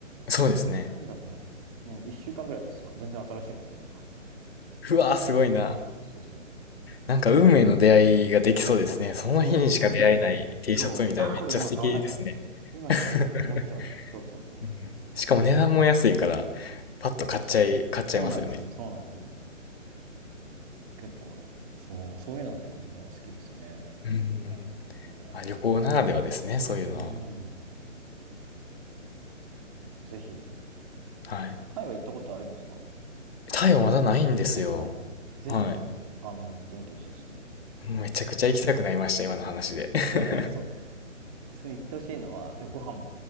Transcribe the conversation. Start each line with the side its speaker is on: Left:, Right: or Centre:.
Left: そうですね。
Right: タイだとね、うん、1週間ぐらい経つと、全然新しいものがどんどん入ってて。
Left: うわあ、すごいな。
Right: そうそうそう。
Left: なんか運命の出会いができそうですね。その日にしか出会えない
Right: そうそうそうそうそう。
Left: T
Right: そう。
Left: シャツみたいなめっちゃ素敵ですね。
Right: あ、これ今買わなきゃ。今買わなきゃって思っちゃう。
Left: <laughs>
Right: そうそうそう。
Left: うん、しかも値段も安いから、パッと買っちゃい、買っちゃいますよね。
Right: そうなんですよ。そうなんですよ。結構ね。そう。そういうのが結構自分は好きですね。
Left: うん。
Right: タイの旅行は。
Left: まあ、旅行ならではですね、そういうのは。
Right: うん。ぜひ。
Left: はい。
Right: タイは行ったことあるんですか行
Left: タイはまだないんですよ。
Right: ったことないぜひね、
Left: はい。
Right: おあの、行ってみてほしいですね。
Left: めちゃくちゃ行きたくなりました、
Right: うん行っ
Left: 今の話で。
Right: てほしいのはね、
Left: <laughs>
Right: そう。普通に行ってほしいのは、いや、ご飯も